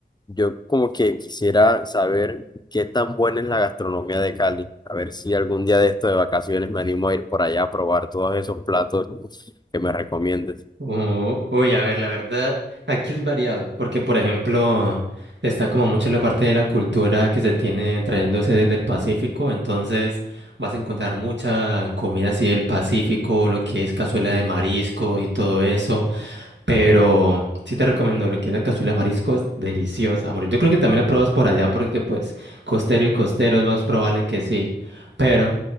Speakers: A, on the left; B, on the right.
A: yo como que quisiera saber qué tan buena es la gastronomía de Cali, a ver si algún día de esto de vacaciones me animo a ir por allá a probar todos esos platos que me recomiendes.
B: Oh, uy, a ver, la verdad, aquí es variado, porque por ejemplo, está como mucho la parte de la cultura que se tiene trayéndose desde el Pacífico, entonces vas a encontrar mucha comida así del Pacífico, lo que es cazuela de mariscos y todo eso, pero sí te recomiendo lo que es la cazuela de mariscos, deliciosa, a morir. Yo creo que también la pruebas por allá, porque pues costero y costero es más probable que sí, pero